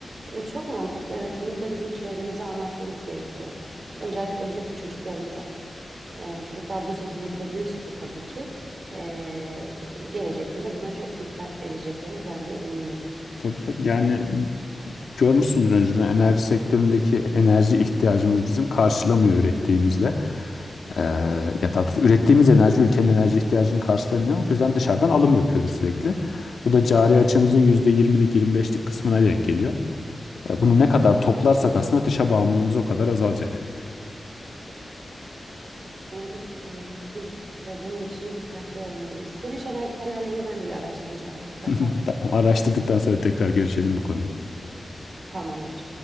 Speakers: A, on the right; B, on the left.
A: Çok mantıklı. Evet, bunu da bizim çevremize anlatmamız gerekiyor. Öncelikle, öncelikle çocuklarımıza. Ee, çocuklar bu zihniyette büyürse tabii ki ee, gelecekte de buna çok dikkat edeceklerine ben de eminim.
B: Tabii tabii. Yani Görmüşsündür önceden enerji sektöründeki enerji ihtiyacımız bizim karşılamıyor ürettiğimizle. Ee, ya daha doğrusu ürettiğimiz enerji ülkenin enerji ihtiyacını karşılamıyor. Bu yüzden dışarıdan alım yapıyoruz sürekli. Bu da cari açımızın %20'lik 25'lik kısmına denk geliyor. Ee, Bunu ne kadar toplarsak aslında dışa bağımlılığımız o kadar azalacak.
A: Anladım, anladım. Biz de bunun için dikkatli olmalıyız. Güneş enerji panellerini ben de bir araştıracağım mutlaka.
B: <laughs> Tamam, araştırdıktan sonra tekrar görüşelim bu konuyu.
A: Tamamdır.